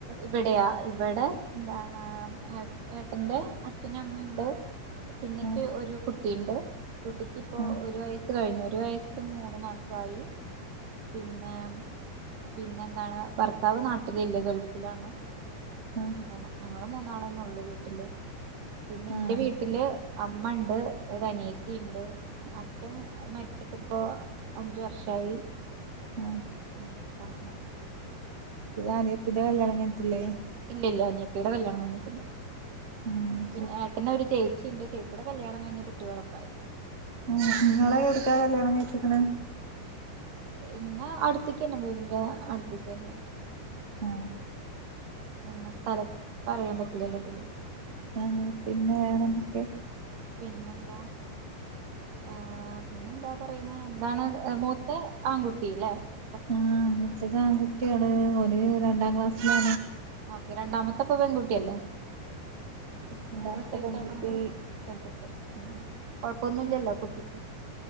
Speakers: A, on the right (about 70°); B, on the right (about 20°).
A: ഇവിടെയാ ഇവടെ <unintelligible> ഏന്താണ് ഏ ഏട്ടന്റെ അച്ഛനും അമ്മെണ്ട് പിന്നക്ക്
B: ആഹ്
A: ഒരു കുട്ടീണ്ട് കുട്ടിക്കിപ്പൊ
B: ആഹ്
A: ഒരു വയസ്സ് കഴിഞ്ഞ് ഒരു വയസ് എട്ടും മൂന്ന് മാസൊ ആയി പിന്നെ പിന്നെ എന്താണ് ഭർത്താവ് നാട്ടിലില്ല ഗൾഫ് ഇല്ലാണോ
B: ആഹ്
A: <unintelligible> അതേലെ ഞങ്ങള് മൂന്നാളെന്നെ ഒള്ളൂ ഇപ്പ വീട്ടില് പിന്നെ ഇന്റെ
B: ആഹ്
A: വീട്ടില്
B: ശരി
A: അമ്മ ഇണ്ട് ക്ക് ഒരനിയത്തി ഇണ്ട് അച്ഛൻ മരിച്ചിട്ട്പ്പോ അഞ്ച് വർഷായി
B: ആഹ്
A: <unintelligible>
B: ആനി യത്തിന്റെ കല്യാണം ഞൻ ക്ക്ല്ലേ
A: ഇല്ല ഇല്ല അനിയത്തിയുടെ യുടെ കല്യാണം കഴിഞ്ഞിട്ട്ല്ല
B: ആഹ്
A: പിന്നെ
B: ശരി
A: ഏട്ടനൊര് ചേച് ച്ചി ന്റെ ചേച്ചിടെ കല്യാണം കഴിഞ്ഞ് കുട്ട്യോളൊക്കായി
B: ഉം നിങ്ങളെ എവട്ക്കാ കല്ല്യാണം കഴിച്ചിക്ക്ണ്
A: എന്നെ അടുത്തിക്കെന്നെ വീടിന്റെ അടുത്തിക്കെന്നെ
B: ആഹ്
A: പിന്നാ സ്ഥലം പറയാൻ പറ്റില്ലാ ഇതില്
B: ആ പിന്നെ വേറെന്തൊക്കെ
A: പിന്നെന്താ ആ പിന്നെന്താ പറയ്ന്നെ താണ് മൂത്ത ആൺകുട്ടി <unintelligible>
B: ആ മുത്തത് ആൺകുട്ടിയാണ് ഒന് രണ്ടാം ക്ലാസ <inaudible>
A: ഓക്കെ രണ്ടാമത്തെ ഇപ്പം പെൺകുട്ടിയല്ലോ
B: രണ്ടാമത്തെ
A: പ്രാസവിച്ചെക്കണത്
B: പെൺകുട്ടി
A: പെൺകുട്ടി ഉം കുഴെപ്പൊന്നും ഇല്ലല്ലോ കുട്ടിക്ക്